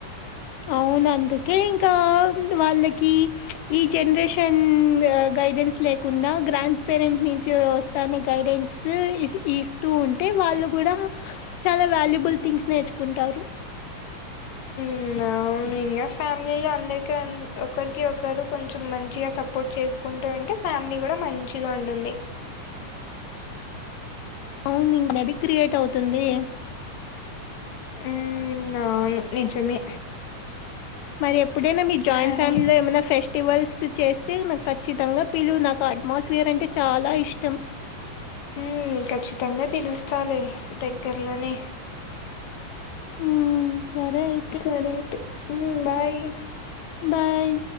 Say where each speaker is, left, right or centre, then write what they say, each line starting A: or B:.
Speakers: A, on the left; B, on the left.
A: అవును అందుకే ఇంకా వాళ్ళకి ఈ జనరేషన్ గైడెన్స్ లేకుండా గ్రాండ్ పేరెంట్స్ నుంచి వస్తానే గైడెన్స్ ఈ ఇస్తూ ఉంటే వాళ్ళు కూడా చాలా వాల్యుబుల్ థింగ్స్ నేర్చుకుంటారు
B: ఉమ్ అవును ఇంకా ఫ్యామిలీలో అందరికి ఒకరికి ఒకరు కొంచెం మంచిగా సపోర్ట్ చేసు కుంటూ ఉంటే ఫ్యామిలీ కూడా మంచిగా ఉంటుంది
A: అవును ఇది క్రియేట్ అవుతుంది
B: ఉమ్ అవును నిజమే
A: మరి ఎప్పుడైనా మీ జాయింట్
B: సరే.
A: ఫ్యామిలీలో ఏమైనా ఫెస్ట్ టివల్స్ చేస్తే నాకు ఖచ్చితంగా పిలువు నాకు అట్మాస్ఫియర్ అంటే చాలా ఇష్టం
B: ఉ ఖచ్చితంగా పిలుస్తాలే దగ్గర్లోనే
A: ఉమ్, సరే అయితే
B: సరే అయితే ఉమ్ బాయ్
A: బాయ్